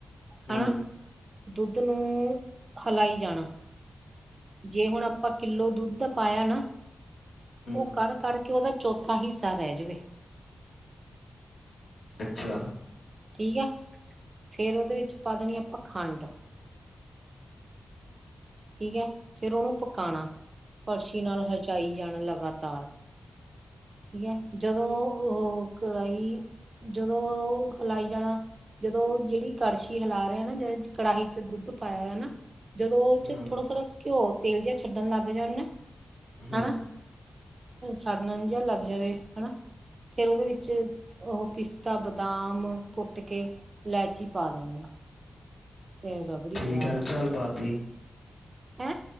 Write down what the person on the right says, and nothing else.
ਹੈਨਾ, ਦੁੱਧ ਨੂੰ ਹਿਲਾਈ ਜਾਣਾ ਜੇ ਹੁਣ ਆਪਾਂ ਕਿੱਲੋ ਦੁੱਧ ਦਾ ਪਾਇਆ ਨਾ
ਉਹ ਕੜ-ਕੜ ਕੇ ਉਹਦਾ ਚੌਥਾ ਹਿੱਸਾ ਰਹਿ ਜਾਵੇ
ਠੀਕ ਆ ਫੇਰ ਉਹਦੇ ਵਿੱਚ ਪਾ ਦੇਣੀ ਆਪਾਂ ਖੰਡ ਠੀਕ ਏ ਫੇਰ ਉਹਨੂੰ ਪਕਾਣਾ ਕੜਸ਼ੀ ਨਾਲ ਹਜਾਈ ਜਾਣਾ ਲਗਾਤਾਰ ਠੀਕ ਐ, ਜਦੋਂ ਉਹ ਕੜਾਈ, ਜਦੋਂ ਹਿਲਾਈ ਜਾਣਾ ਜਦੋਂ ਜਿਹੜੀ ਕੜਛੀ ਹਿਲਾ ਰਹੇ ਨਾ, ਜਿਹੜੀ ਕੜਾਹੀ ਚ ਦੁੱਧ ਪਾਇਆ ਹੋਇਆ ਨਾ ਜਦੋਂ ਉਹ
ਚ ਥੋੜਾ-ਥੋੜ੍ਹਾ ਘਿਓ ਤੇਲ ਜਿਹਾ ਛੱਡਣ ਲੱਗ ਜਾਣ ਨਾ
ਹੈਨਾ ਸਾੜਨ ਜਿਹਾ ਲੱਗ ਜਾਵੇ ਹਨਾ ਫੇਰ ਉਹਦੇ ਵਿੱਚ ਉਹ ਪਿਸਤਾ, ਬਦਾਮ ਕੁੱਟ ਕੇ ਇਲੈਚੀ ਪਾ ਦੇਣੀ ਆ। ਤੇ ਰਬੜੀ
ਤਿਆਰ
ਹੈਂ।